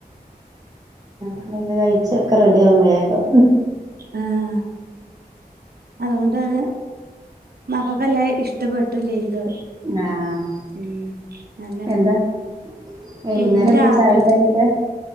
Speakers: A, on the right; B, on the right.
A: ക്കെ കഴിച്ചൊക്കെ റെഡിയാകും വേഗം
B: ആഹ് അതുകൊണ്ടത് മകൊക്കെല്ലേ ഇഷ്ടപ്പെട്ടില്ലേ ഇത്
A: ആഹ്
B: ഉം നല്ല
A: എന്താ വൈകുന്നേരം
B: പിന്നന്ന് <unintelligible>
A: എന്താ
B: രാത്രി
A: ചായക്കടിയൊക്കെ